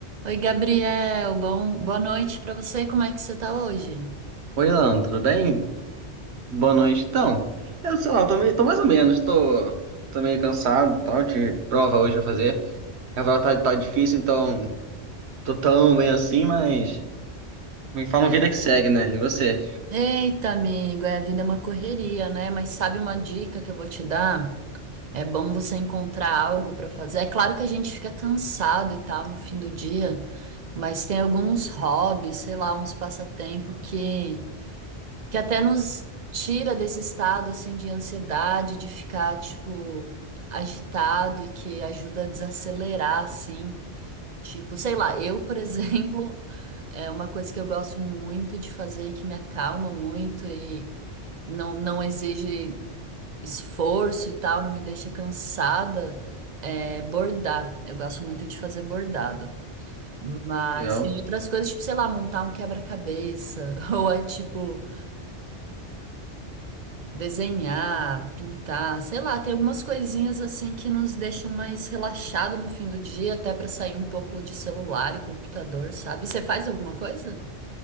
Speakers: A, on the right; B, on the right.
A: Oi, Gabriel. Bom, boa noite pra você. Como é que você tá hoje?
B: Oi, Alan, tudo bem? Boa noite. Então, eu sei lá, tô, meio, tô mais ou menos, tô, tô meio cansado, e tal, de prova hoje pra fazer. A prova tá, tá difícil, então tô tão bem assim, mas me fala
A: E-
B: uma vida que segue, né? E você?
A: Eita, amigo, é, a vida é uma correria, né? Mas sabe uma dica que eu vou te dar? É bom você encontrar algo pra fazer. É claro que a gente fica cansado e tal no fim do dia, mas tem alguns hobbies, sei lá, uns passatempo que que até nos tira desse estado assim de ansiedade, de ficar tipo agitado e que ajuda a desacelerar assim. Tipo, sei lá, eu, por exemplo, é uma coisa que eu gosto muito de fazer e que me acalma muito e não, não exige esforço e tal, não me deixa cansada, é bordar. Eu gosto muito de fazer bordado. Mas
B: Legal.
A: tem outras coisas, tipo, sei lá, montar um quebra-cabeça, <laughs> ou é tipo desenhar, pintar, sei lá, tem algumas coisinhas assim que nos deixam mais relaxado no fim do dia, até pra sair um pouco de celular e computador, sabe? Você faz alguma coisa?